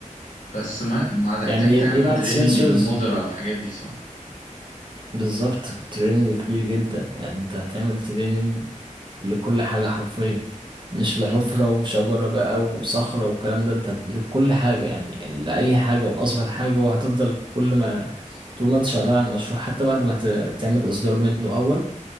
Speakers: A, on the left; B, on the right.
A: بس ما ما هتحتاج
B: يعني
A: تعمل
B: يب- يبعت
A: تريننج
B: سensors
A: للموديل
B: بال...
A: على الحاجات دي صح
B: بالظبط تريننج كبير جدا يعني انت هتعمل تريننج لكل حاجة حرفيا مش لحفرة
A: امم
B: وشجرة بقى وصخرة والكلام ده انت لكل حاجة يعني لأي حاجة وأصغر حاجة وهتفضل كل ما طول ما انت شغال على المشروع حتى بعد ما ت- تعمل إصدار منه أول